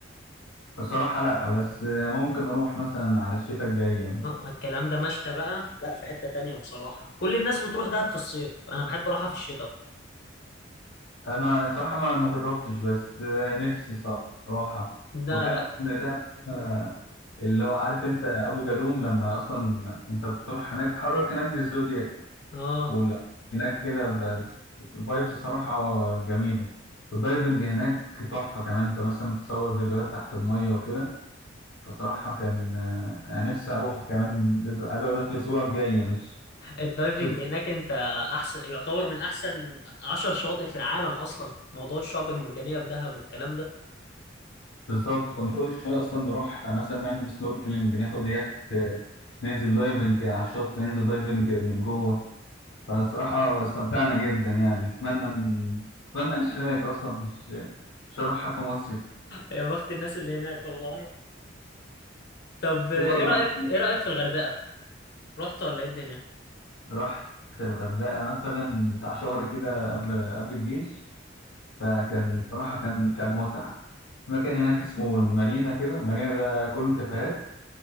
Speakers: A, on the left; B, on the left.
A: الصراحة لأ بس ممكن أروح مثلا على الشتاء الجاية مثلا
B: اه الكلام ده مشتى بقى لا في حتة تانية بصراحة كل الناس بتروح دهب في الصيف انا بحب اروحها في الشتاء
A: انا الصراحه ما ما جربتش بس آه، نفسي صراحه
B: لا
A: وكمان
B: لا
A: دهب آه، اللي هو عارف انت ابو جالوم لما اصلا انت بتروح هناك تتحرك هناك بالزودياك
B: اه
A: وال- هناك كده بس الفايبس صراحه جميله الدايفنج هناك تحفه كمان انت مثلا تصور فيديوهات تحت الميه وكده فصراحه كان آه، انا نفسي اروح كمان لز- عايز اقول لك الاسبوع الجاي مش
B: الدايفنج
A: مش
B: هناك انت احسن يعتبر من احسن عشر شواطئ في العالم اصلا موضوع الشعب المرجانية في دهب والكلام ده
A: بالظبط كنا كل شوية أصلا نروح مثلا نعمل سنوركلينج ناخد يخت ننزل دايفنج على الشط ننزل دايفنج من جوه فالصراحة استمتعنا جدا يعني أتمنى إن- أتمنى أعيش هناك أصلا مش مش هروحها كمصيف
B: يا بخت الناس اللي هناك والله طب ايه
A: في برضه
B: رأيك
A: أماكن
B: ايه رأيك في الغردقة رحت ولا ايه الدنيا
A: رحت الغردقة مثلا بتاع شهر كده قبل قبل الجيش فكان صراحة كان كان متعة في مكان هناك اسمه المارينا كده المارينا ده كله كافيهات